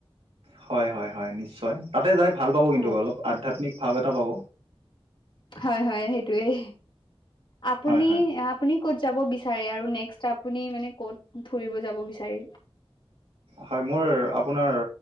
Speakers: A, on the right; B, on the left.
A: হয় হয় হয়, নিশ্চয় তাতে যাই ভাল পাব কিন্তু
B: হয়
A: অলপ আধ্যাত্মিকভাৱ এটা পাব।
B: হয় হয়, সেইটোৱেই আপুনি
A: হয় হয়
B: আপুনি ক'ত যাব বিচাৰে আৰু নেক্সট আপুনি মানে ক'ত ফুৰিব যাব বিচাৰে?
A: হয় মোৰ আপোনাৰ